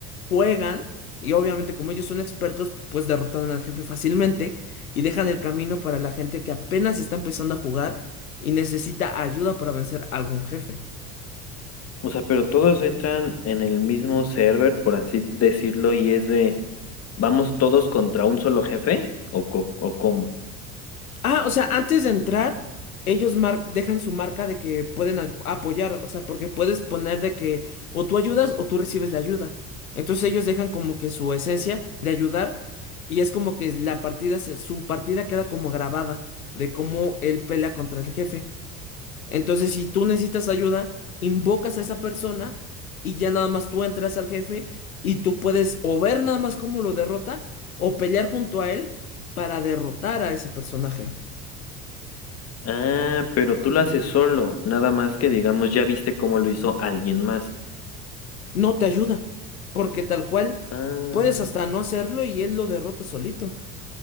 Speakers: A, on the left; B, on the left.
A: juegan y obviamente como ellos son expertos, pues derrotan al jefe fácilmente y dejan el camino para la gente que apenas está empezando a jugar y necesita ayuda para vencer a algún jefe.
B: O sea, pero todos entran en el mismo server, por así decirlo, y es de... ¿Vamos todos contra un solo jefe? ¿O, co- o cómo?
A: Ah, o sea, antes de entrar, ellos mar- dejan su marca de que pueden al- apoyar, o sea, porque puedes poner de que o tú ayudas o tú recibes la ayuda. Entonces ellos dejan como que su esencia de ayudar y es como que la partida, se- su partida queda como grabada de cómo él pelea contra el jefe. Entonces, si tú necesitas ayuda, invocas a esa persona y ya nada más tú entras al jefe y tú puedes o ver nada más cómo lo derrota o pelear junto a él para derrotar a ese personaje.
B: Ah, pero tú lo haces solo, nada más que digamos, ya viste cómo lo hizo alguien más.
A: no te ayuda, porque tal cual
B: Ah,
A: puedes hasta no hacerlo y él lo derrota solito.